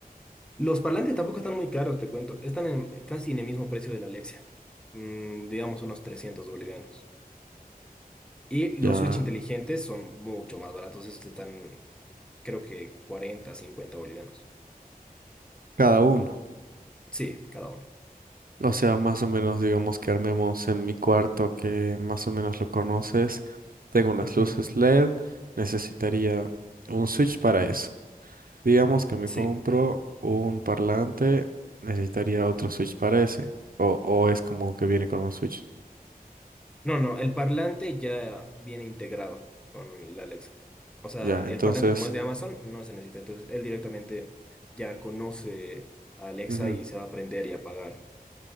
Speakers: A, in the centre; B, on the right.
A: Los parlantes tampoco están muy caros, te cuento. Están en- eh, casi en el mismo precio de la Alexia. Mm, digamos unos 300 bolivianos. Y los
B: Ya
A: Switch inteligentes son mucho más baratos. Estos están, creo que 40 50 bolivianos.
B: cada uno.
A: Sí, cada uno.
B: O sea, más o menos digamos que armemos en mi cuarto que más o menos lo conoces. Tengo unas
A: Ujú.
B: luces LED. Necesitaría un Switch para eso. Digamos que me
A: Sí.
B: compro un parlante, necesitaría otro Switch para ese. O, o es como que viene con un Switch.
A: No, no, el parlante ya viene integrado con la Alexa. O sea,
B: Ya,
A: el
B: entonces,
A: parlante como es de Amazon, no se necesita. Entonces, él directamente ya conoce a Alexa
B: ujú,
A: y se va a aprender y apagar